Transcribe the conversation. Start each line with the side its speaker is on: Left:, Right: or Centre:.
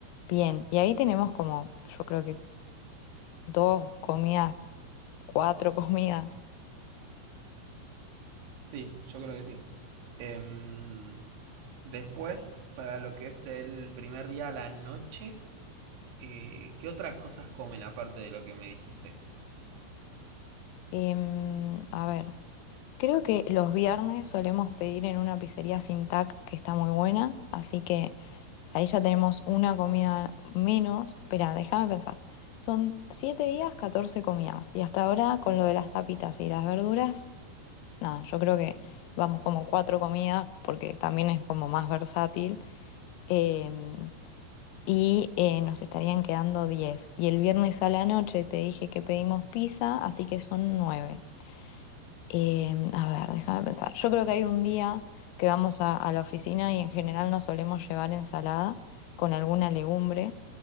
Left: Bien, y ahí tenemos como, yo creo que dos comidas, cuatro <laughs> comidas.
Right: Sí, yo creo que sí. Em, después, para lo que es el primer día a la noche. Eh, ¿qué otras cosas comen aparte de lo que me dijiste?
Left: Em, a ver. Creo que los viernes solemos pedir en una pizzería sin TAC que está muy buena, así que ahí ya tenemos una comida menos. Espera, déjame pensar. Son 7 días, 14 comidas. Y hasta ahora, con lo de las tapitas y las verduras, nada, yo creo que vamos como cuatro comidas porque también es como más versátil. Em, y eh, nos estarían quedando 10. Y el viernes a la noche te dije que pedimos pizza, así que son 9. Em, a ver, déjame pensar. Yo creo que hay un día que vamos a, a la oficina y en general nos solemos llevar ensalada con alguna legumbre.